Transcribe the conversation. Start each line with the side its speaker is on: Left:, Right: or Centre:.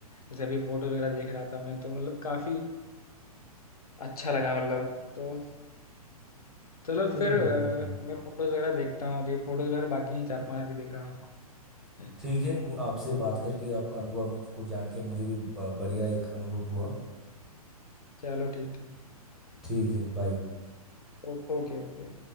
Left: जैसे अभी फोटो वगैरह देख रहा था मैं तो मतलब काफी अच्छा लगा मतलब तो चलो
Centre: बिल्कुल
Left: फिर अ,
Centre: बिल्कुल
Left: मैं फोटोज वगैरह देखता हूँ अभी फोटोज वगैरह बाकी हैं चार पांच अभी देख रहा हूँ
Centre: ठीक है मु- आपसे बात करके आपका अनुभव को जान के मुझे भी ब- बढ़िया एक अनुभव हुआ
Left: चलो ठीक ठीक
Centre: ठीक है बाय
Left: Okay okay okay